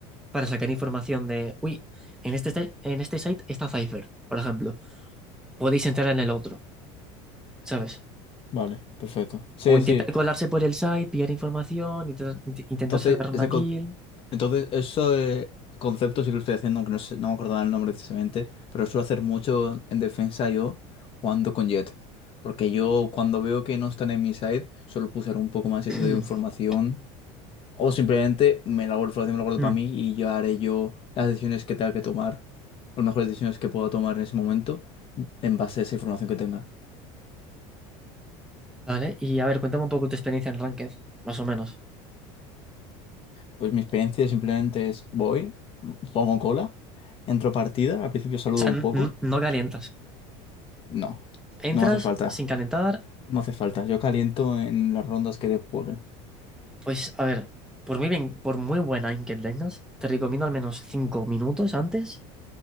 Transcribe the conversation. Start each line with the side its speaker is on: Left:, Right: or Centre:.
Centre: para sacar información de, uy, en este, site- en este site está Cypher, por ejemplo. Podéis entrar en el otro, ¿sabes?
Left: Vale, perfecto. Sí,
Centre: O intentar
Left: sí.
Centre: colarse por el site, pillar información, intentar, int- intentar
Left: Entonces,
Centre: sacar una
Left: ese co-
Centre: kill.
Left: entonces eso eh, concepto sí que lo estoy haciendo, aunque no sé- no me acordaba el nombre precisamente, pero suelo hacer mucho en defensa yo jugando con Jet. Porque yo cuando veo que no están en mi side, solo puedo usar un poco más y
Centre: <clears throat>
Left: así doy información O simplemente me la guardo, me la guardo
Centre: Hmm.
Left: para mí y yo haré yo las decisiones que tenga que tomar, las mejores decisiones que pueda tomar en ese momento, en base a esa información que tenga.
Centre: Vale, y a ver, cuéntame un poco tu experiencia en Ranked, más o menos.
Left: Pues mi experiencia simplemente es voy, pongo cola, entro partida, al principio saludo
Centre: O sea, n-
Left: un poco.
Centre: n- no calientas.
Left: No, no
Centre: Entras
Left: me hace falta.
Centre: sin calentar
Left: No me hace falta. Yo caliento en las rondas que de juegue.
Centre: Pues a ver, por muy bien, por muy buena aim que tengas, te recomiendo al menos 5 minutos antes